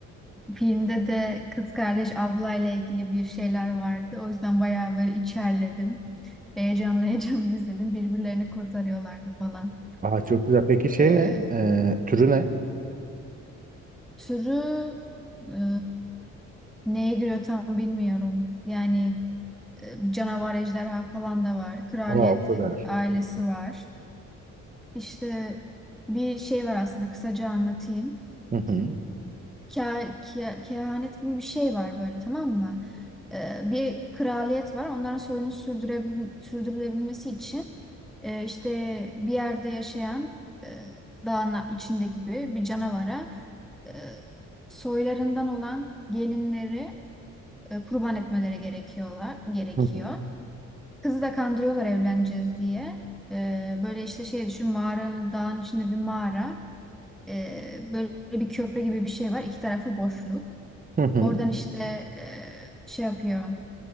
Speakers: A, in the centre; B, on the right (about 25°).
A: filmde de kız kardeş ablayla ilgili bir şeyler vardı. O yüzden bayağı böyle içerledim. Heyecanlı <laughs> heyecanlı izledim. Birbirlerini kurtarıyorlardı falan.
B: Aa, çok güzel. Peki şey
A: Ee,
B: ne? Ee, türü ne?
A: türü e, neye giriyor tam bilmiyorum. Yani e, canavar ejderha falan da var. Kraliyet
B: Oha o kadar.
A: e, ailesi var. İşte bir şey var aslında kısaca anlatayım.
B: Hı hı.
A: Ke- ke- kehanet gibi bir şey var böyle tamam mı? E, bir kraliyet var. Onların soyunu sürdürebil sürdürülebilmesi için e, işte bir yerde yaşayan e, dağın içinde gibi bir canavara e, soylarından olan gelinleri e, kurban etmeleri gerekiyorlar gerekiyor.
B: Hı hı.
A: Kızı da kandırıyorlar evleneceğiz diye. Ee, böyle işte şey düşün mağaranın dağın içinde bir mağara. Ee, böyle bir köprü gibi bir şey var. İki tarafı boşluk.
B: Hı hı.
A: Oradan işte e, şey yapıyor.